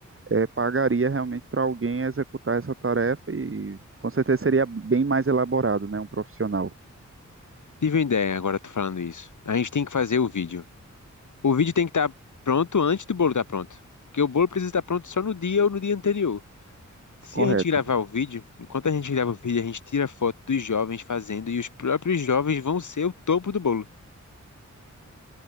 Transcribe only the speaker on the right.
eh, pagaria realmente para alguém executar essa tarefa e com certeza seria bem mais elaborado, né, um profissional.
Correto.